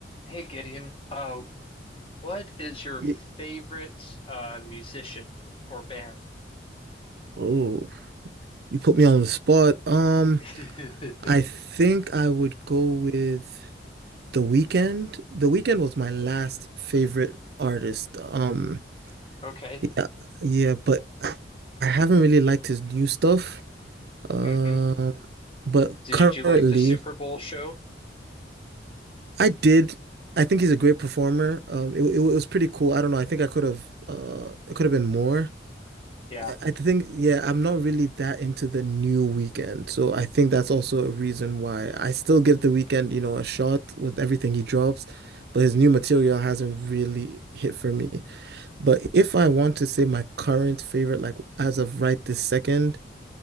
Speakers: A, on the left; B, on the right.
A: Hey Gideon, uh, what is your
B: Y-
A: favorite uh, musician or band?
B: Oh, you put me on the spot. Um,
A: <laughs>
B: I think I would go with The Weeknd. The Weeknd was my last favorite artist. Um,
A: Okay.
B: yeah, yeah, but I I haven't really liked his new stuff. Um,
A: hmm
B: but
A: Did
B: currently,
A: you like the Super Bowl show?
B: I did. I think he's a great performer. Um, it, it was pretty cool. I don't know. I think I could have, uh, it could have been more.
A: Yeah.
B: I think, yeah, I'm not really that into the new weekend. So I think that's also a reason why I still give the weekend, you know, a shot with everything he drops, but his new material hasn't really hit for me. But if I want to say my current favorite, like as of right this second,